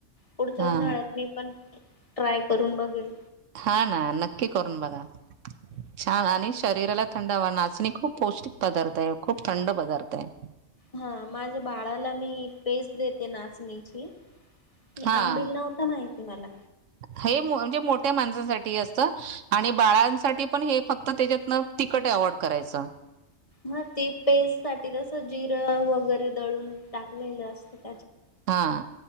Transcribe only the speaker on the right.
हा
हा ना, नक्की करून बघा. छान आणि शरीराला थंडावा. नाचणी खूप पौष्टिक पदार्थ हाय. खूप थंड पदार्थ हाय.
हा
हे म्हणजे मोठ्या माणसाांसाठी असत आणि बाळांसाठी पण हे फक्त त्याच्यातन तिकट एव्हॉड करायचं.
हा